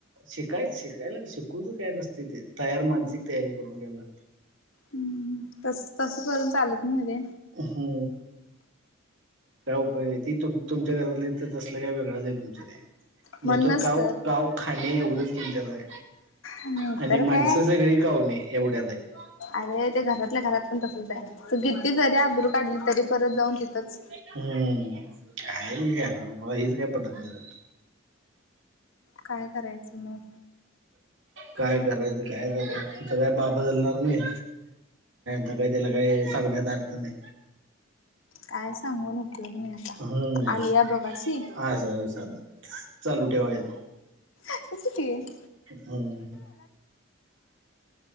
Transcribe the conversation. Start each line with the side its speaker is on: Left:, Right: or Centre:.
Right: शिकायचं शिकायला शिकूच काय नसते ते तयार मानसिक तयारी करून गला..
Left: हम्म तस तस करून चालत नाही रे
Right: हो काय उपाय नाही त तुमच्या घरात असलं काय वेगळंच आहे तुमच्या ते.
Left: म्हणूनच
Right: नुसतं काव
Left: तर
Right: काव खाणे एवढंच तुमच्याच.
Left: नाही
Right: आणि
Left: तर काय
Right: माणसं सगळी काऊणे एवढ्यात आहेत.
Left: अरे ते घरातल्या घरात पण तसच आहे तू घेतली जरी आबरू काढली तरी परत जाऊन तिथंच.
Right: हम्म काय मला हेच काय पटडत नाही.
Left: काय करायचं मग!
Right: काय करायचं काय करायचं तुमच काय बा बदलणार नाही. तब्येतीला सांगण्यात अर्थ नाही
Left: काय सांगून उपयोग नाय
Right: हम्म
Left: आलिया भोगासी
Right: हा सर साध चालू ठेवायचं
Left: हम <inaudible>
Right: हम्म